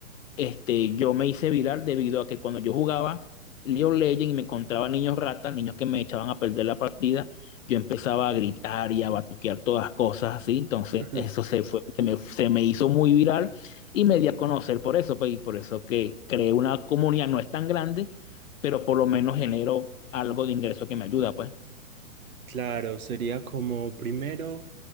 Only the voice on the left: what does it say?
este, yo me hice viral debido a que cuando yo jugaba League of Legends y me encontraba niños ratas, niños que me echaban a perder la partida, yo empezaba a gritar y a batuquear todas cosas así, entonces
eso se fue, se me, se me hizo muy viral y me di a conocer por eso, pues, y por eso que creé una comunidad, no es tan grande, pero por lo menos genero algo de ingreso que me ayuda, pues.